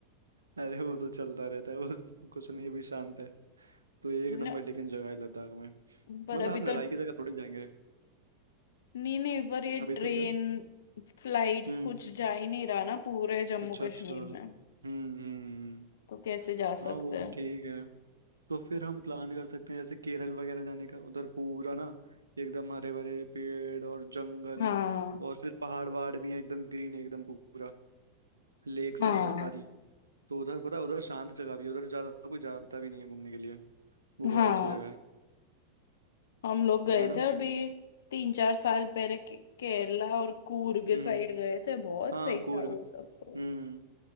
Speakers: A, on the right; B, on the left.
A: अरे वो तो चलता रहता है वो कुछ नहीं अभी शांत है तो एक
B: न,
A: नंबर लेकिन जगह है लद्दाख में
B: पर
A: मतलब
B: अभी
A: हम लड़ाई
B: तो
A: की जगह थोड़ी जाएंगे
B: नहीं नहीं पर ये
A: अभी
B: ट्रेन
A: तो क्या
B: फ्लाइट्स
A: हम्म
B: कुछ जा ही नहीं रहा ना पूरे जम्मू
A: अच्छा
B: कश्मीर
A: अच्छा हम्म
B: में
A: हम्म
B: तो कैसे जा
A: हाँ
B: सकते
A: वो ठीक है तो फिर हम प्लान कर सकते हैं जैसे केरल वगैरह जाने का उधर पूरा ना एकदम हरे भरे पेड़ और जंगल
B: हाँ
A: और फिर पहाड़ वहाड़ भी हैं एकदम ग्रीन एकदम पूरा लेक्स
B: हाँ
A: हैं बहुत सारी तो उधर पता है, उधर शांत जगह भी है उधर ज्यादा कोई जाता भी नहीं है घूमने के लिए वो बहुत
B: हाँ
A: अच्छी जगह है
B: हम लोग गए
A: है ना
B: थे अभी तीन चार साल पहले के- केरला और कूर्ग
A: हम्म
B: साइड गए थे बहुत
A: हाँ
B: सही
A: कूर्ग
B: था वो सब तो
A: हम्म